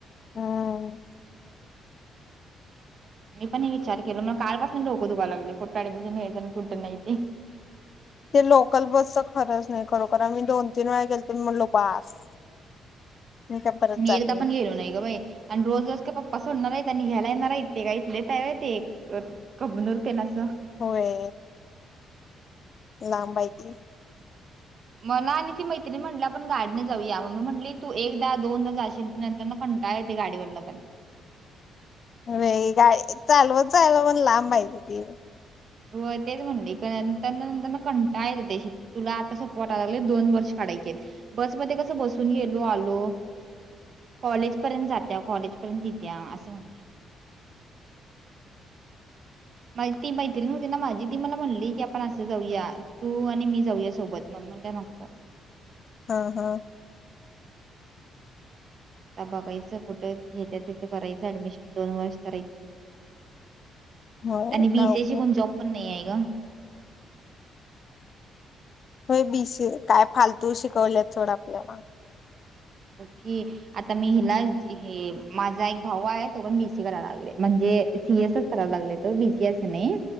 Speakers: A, on the left; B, on the right.
A: हम्
B: मी पण हे विचार केलो मग कालपासून डोकं दुखाय लागलयं कुठं ऍडमिशन घ्यायचं आणि कुठं नाही ते.
A: ते लोकल बसच खरंच नाही खरोखर आम्ही दोन तीन वेळा गेलतो आणि म्हणलो बास मी काय परत
B: मी
A: जात
B: एकदा पण गेलो नाही ग बाई आणि रोज रोज का पप्पा सोडणार आहेत. त्यांनी घ्यायला येणार इते का इथले हाय व्हय ते <unintelligible>
A: होय. लांब हायिती
B: मला आणि ती मैत्रीणी म्हणली आपण गाडीने जाऊया मम्मी म्हटली तू एकदा दोनदा जाशील नंतर कंटाळ येते गाडीवरन पण
A: व्हय गाय चालव चालव पण लांब हाय ग ती
B: व्हय तेच म्हणले नंतर नंतर कंटाळा येतयं तुला आता सोप्प वाटाय लागलयं दोन वर्ष काढायचे आहेत. बस मध्ये कसं बसून गेलो आलो कॉलेज पर्यंत जात्या कॉलेजपर्यंत ठीक हाय असं मा ती मैत्रिण होती माझी ती मला म्हणली की आपण असं जाऊया तू आणि मी जाऊया सोबत मग म्हण नको
A: हम हम्
B: तता बघायचं कुठं घेत्या तिथं करायचं ऍडमिशन दोन वर्ष करायचं
A: होय
B: आणि बीसी
A: काय उपयोग
B: कोण जॉब पण नाही आहे का
A: हो बी सी काय फालतू शिकवलेत थोडं आपल्याला
B: ओ आता मी हिला हे माझा एक भाऊ आहे तो पण बीसी करायला लागले म्हणजे सीसच करायला लागले तो बीसीएस नाही